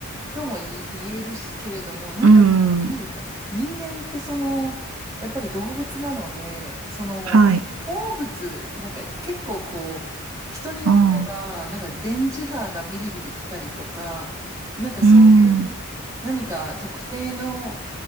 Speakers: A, on the right (about 15°); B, on the right (about 65°).
A: とも言い、言えるしけれども、なんかその、
B: うん。
A: なんですか、人間ってその、やっぱり動物なので、その、
B: はい。
A: 好物、なんか結構こう、人によっては、
B: ああ。
A: なんか電磁波がビリビリ来たりとか、なんかそういう
B: うん。う
A: 何か特定の